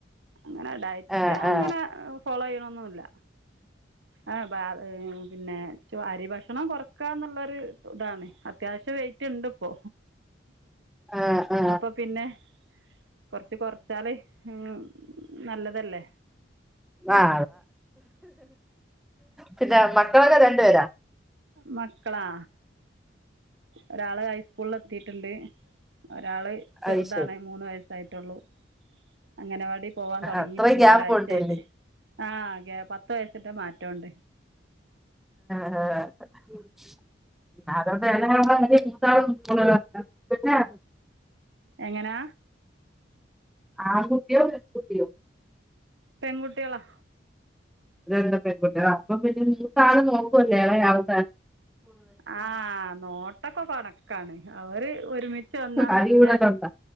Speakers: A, on the right; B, in the centre.
A: അങ്ങന ഡയ്റ്റ്
B: ആ
A: അങ്ങന
B: ആ
A: ഒ ഫോളോ ചെയ്യണൊന്നുല്ല ആ ബാ പിന്നെ ചൊ അരി ഭക്ഷണം കൊറക്കാ എന്നൊള്ള അ ഇതാണ് അത്യാവശ്യ വെയ് ട്ടിണ്ട് ഇപ്പോ
B: ആ ആ
A: അപ്പൊ പിന്നെ കൊറച്ച് കൊറച്ചാല് ഉ നല്ലതല്ലേ
B: ആ പിന്നെ മക്കളൊക്കെ രണ്ടുപേരാ
A: മക്കളാ ഒരാള് ഹൈസ്കൂളിൽ എത്തിട്ടുണ്ട് ഒരാള് ചെറുതാണ്
B: അത് ശരി
A: മൂന്ന് വയസ് ട്ടായിട്ടുള്ളൂ അംഗനവാടി പോവാൻ തുടങ്ങിട്ടുണ്ടോ
B: അത്ര ഗ്യാപ്പ്
A: ഒരാഴ്ചയായിട്ട്
B: ഉണ്ടല്ലേ
A: ആ ഗ്യാപ്പ് പത്ത് വയസിട്ട മാറ്റംണ്ട്
B: <unintelligible> <unintelligible>
A: എങ്ങനാ
B: ആൺകുട്ടിയോ പെൺകുട്ടിയോ
A: പെൺകുട്ടികളാ
B: അതെന്തപെൺകുട്ടികളാ അപ്പൊ പിന്നെ നീക്ക ആള് നോക്ക <unintelligible>
A: ആഹ നോട്ടൊക്കെ കൊണക്ക് കാണ അവര് ഒരുമി വന്നാ
B: അടി
A: നല്ല
B: കൂടലുണ്ട